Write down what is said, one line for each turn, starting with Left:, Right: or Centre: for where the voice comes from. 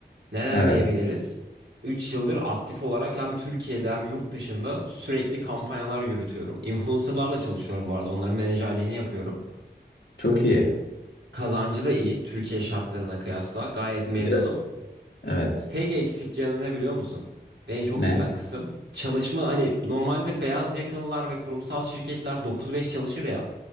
Right: Neden
Left: Evet.
Right: diyebiliriz? 3 yıldır aktif olarak hem Türkiye'de hem yurt dışında sürekli kampanyalar yürütüyorum. Influencerlarla çalışıyorum bu arada. Onların menajerliğini yapıyorum.
Left: Çok iyi.
Right: Kazancı da iyi Türkiye şartlarına kıyasla. Gayet memnunum.
Left: Bir- Evet.
Right: Tek eksik yanı ne biliyor musun? Beni çok
Left: Ne?
Right: üzen kısım. Çalışma hani normalde beyaz yakalılar ve kurumsal şirketler 9-5 çalışır ya.